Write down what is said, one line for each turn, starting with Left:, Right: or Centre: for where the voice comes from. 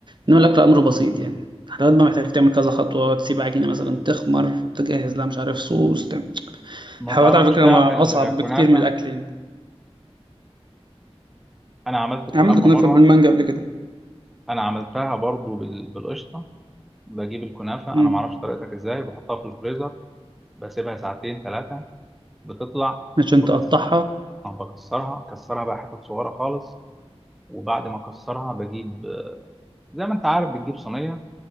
Right: نقول لك الأمر بسيط يعني حضرتك بقى محتاج تعمل كذا خطوة تسيب عجينة مثلا تخمر تجهز لها مش عارف صوص تعمل
Centre: ما
Right: الحلويات
Centre: تعرفش
Right: على فكرة
Centre: تعمل
Right: ما أصعب بكتير
Centre: كنافه
Right: من الأكل يعني
Centre: انا عملت كنافه
Right: عملت كنافة
Centre: مره
Right: بالمانجا قبل كده
Centre: انا عملتها برضو بال- بالقشطه بجيب الكنافه
Right: مم.
Centre: انا ما اعرفش طريقتك ازاي بحطها في الفريزر بسيبها ساعتين ثلاثه بتطلع
Right: عشان
Centre: بكسر
Right: تقطعها
Centre: بكسرها كسرها بقى حتت صغيره خالص وبعد ما اكسرها بجيب زي ما انت عارف بتجيب صينيه